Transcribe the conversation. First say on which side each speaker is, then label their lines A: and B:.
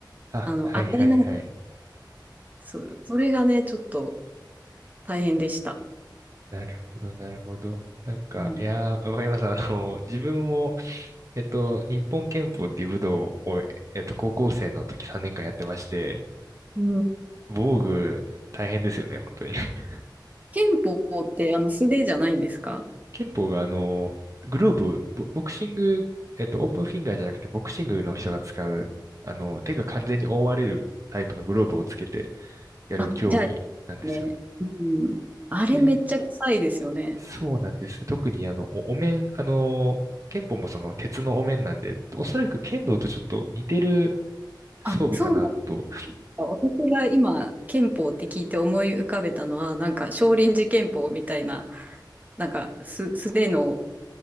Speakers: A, on the right; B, on the right.
A: あ、あ、
B: あの、
A: はいはいはい。
B: 当たりない。そう、それがね、ちょっと大変でした。
A: なるほど、なるほど。なんか、
B: うん。
A: いやー、わかります。あの、自分も、えっと、日本拳法っていう武道を、えっと、高校生の時3年間やってまして、
B: うん
A: 防具、大変ですよね、本当に。<laughs>
B: 剣法って、あの、素手じゃないんですか
A: 拳法が、あの、グローブ、ボ、ボクシング、えっと、オープンフィンガーじゃなくて、ボクシングの人が使う、あの、手が完全に覆われるタイプのグローブをつけてやる競技なんですよ
B: あ、じゃあ、ね。うん。あれめっちゃ臭いですよね。
A: ね。そうなんです。特にあの、お、お面、あの、剣法もその鉄のお面なんで、おそらく剣道とちょっと似てる
B: あ、
A: 装備かなと。
B: そうなんですか。私が今、剣法って聞いて思い浮かべたのは、なんか、少林寺拳法みたいな、なんか、す素手の